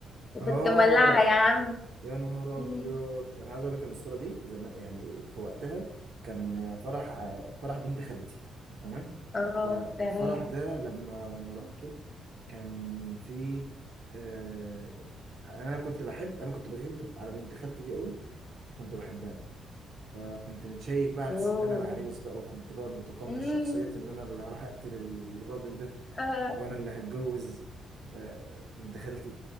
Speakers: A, on the left (about 25°); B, on the right (about 60°).
A: وكنت
B: اه
A: مولعها يا عم <laughs>
B: يا نهار
A: مم.
B: ابيض انا عايز اقول لك ان الصوره دي زمان يعني في وقتها كان فرح فرح بنت خالتي تمام
A: اه
B: فالفرح
A: تمام
B: ده لما لما رحته كان في آه انا كنت بحب انا كنت بغير على بنت خالتي دي قوي كنت بحبها فكنت متشيك بقى على
A: اوه
B: اساس ان انا العريس بقى وكنت بقى متقمص
A: مم،
B: شخصيه ان انا اللي هروح اقتل الراجل ده
A: اه
B: وانا اللي هتجوز آه بنت خالتي